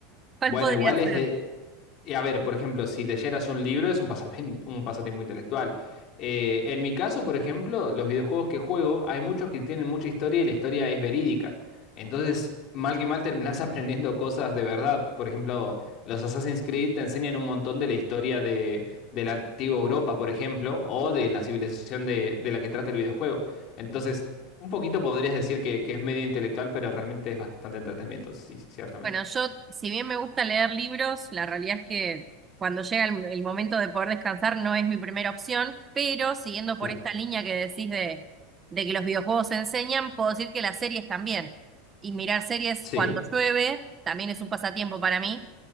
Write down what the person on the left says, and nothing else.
Bueno,
igual es
de... Y a ver, por ejemplo, si leyeras un libro es un pasapien- <laughs> un pasatiempo intelectual. Eh, en mi caso, por ejemplo, los videojuegos que juego, hay muchos que tienen mucha historia y la historia es verídica. Entonces, mal que mal terminás <laughs> aprendiendo cosas de verdad. Por ejemplo, los Assassin's Creed te enseñan un montón de la historia de, de la antigua Europa, por ejemplo, o de la civilización de, de la que trata el videojuego. Entonces, un poquito podrías decir que, que es medio intelectual, pero realmente es bastante entretenimiento, sí, ciertamente.
Claro.
Sí.